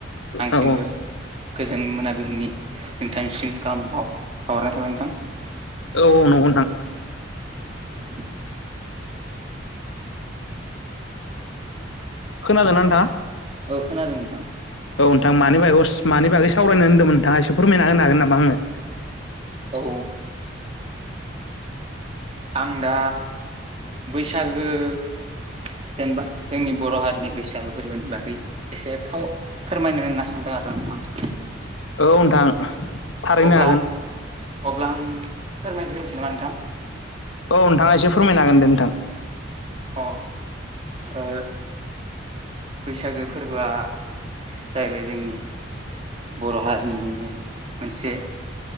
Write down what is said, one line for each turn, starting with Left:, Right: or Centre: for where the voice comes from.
Right: आंनिसिमबो
Left: औ
Right: गोजोन मोनाबिलिनि नोंथांसिम गाहाम बाव बावहरनाय थाबाय नोंथां
Left: औ औ नंगौ नोंथां
Right: <inaudible>
Left: खोनादों ना नोंथाङा
Right: औ खोनादों नोंथां
Left: औ नोंथां मानि बागैस मानि बागै सावरायनो होनदोंमोन नोंथाङा एसे फोरमायना होनो हागोन नामा आंनो
Right: औ आं दा बैसागो जेनेबा जोंनि बर' हारिनि बैसागो फोरबोनि बागै एसे फाव फोरमायनो होनना सानदों आरो ना नोंथां
Left: औ नोंथां थारहैनो
Right: अब्ला
Left: हागोन
Right: आं अब्ला आं फोरमायग्रोनोसै नामा नोंथां
Left: औ नोंथाङा एसे फोरमायनो हागोन दे नोंथां
Right: अ आ बैसागो फोरबोआ जाहैबाय जोंनि बर' हारिनिनो मोनसे